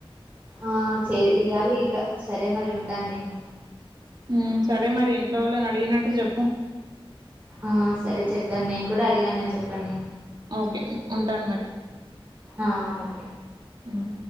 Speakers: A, on the right (about 20°); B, on the right (about 50°).
A: ఆ చేయాలి ఇక సరే మరి ఉంటానేను
B: ఉమ్ సరే మరి ఇంట్లో వాళ్ళని అడిగినట్టు చెప్పు
A: ఆ సరే చెప్తాను నేను కూడా అడిగానని చెప్పండి
B: ఓకే ఉంటాను మరి
A: ఆ ఓకే
B: మ్